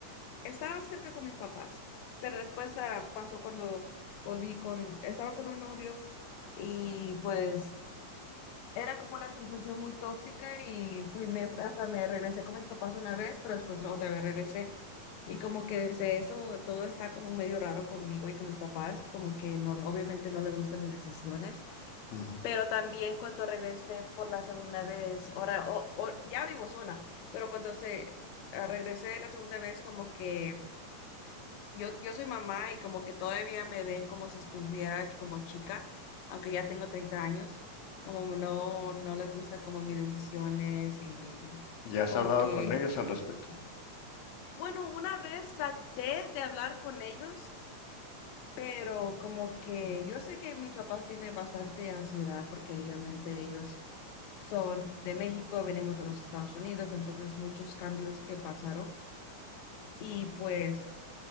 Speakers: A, on the left (about 90°); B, on the left (about 75°).
A: estaba cerca con mis papás, pero después ah, pasó cuando volví con, estaba con un novio y pues era como una sensación muy tóxica y fui, me, hasta me regresé con mis papás una vez, pero después no, otra vez regresé. Y como que desde eso todo está como medio raro conmigo y con mis papás, como que no, obviamente no les gustan mis decisiones,
B: ujú.
A: pero también cuando regresé por la segunda vez, ahora o- o- ya vivo sola, pero cuando se ah, regresé la segunda vez como que yo, yo soy mamá y como que todavía me ven como si estuviera como chica, aunque ya tengo 30 años, como no, no les gusta como mis decisiones y
B: ¿Ya has
A: como
B: hablado
A: que,
B: con ellos al respecto?
A: bueno, una vez traté de hablar con ellos, pero como que yo sé que mis papás tienen bastante ansiedad porque obviamente ellos son de México, venimos a los Estados Unidos, entonces muchos cambios que pasaron y pues